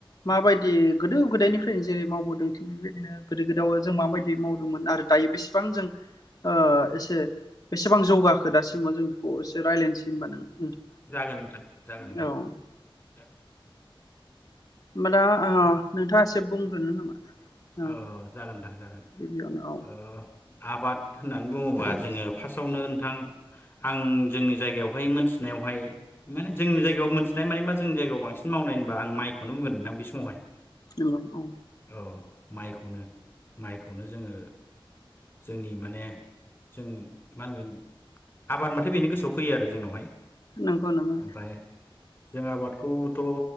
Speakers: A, on the left; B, on the left.
A: माबायदि गोदो गोदायनिफ्रायनो जेरै मावबोदों थिग बेबायदिनो गोदो गोदायाव जों माबायदि मावदोंमोन आरो दायो बेसे बिसिबां जों ओ बेसेबां जौगाखो दासिमाव जों बेखौ एसे रायलायनोसै होनबा नों
B: जागोन नोंथां जागोन नोंथां।
A: औ होमबा होमबा दा ओ नोंथाङा एसे बुंग्रोनो नामा ओ
B: औ जागोन नोंथां जागोन
A: गिबियावनो औ
B: ओ आबाद होननानै बुङोबा जोङो फार्स्टआवनो नोंथां आं जोंनि जायगायावहाय मोनथिनायावहाय माने जोंनि जायगायाव मोनथिनाय माने मा जोंनि जायगायाव बांसिन मावनाय होनबा आं माइखौनो बुंगोन नोंथां बे समावहाय।
A: नंगौ औ
B: अ माइखौनो माइखौनो जोङो जोंनि माने जों मा होनगोन आबाद माथो बेनो गोसोआव फैयो आरो जोंनावहाय
A: नंगौ नामा
B: ओमफ्राय जों आबादखौथ'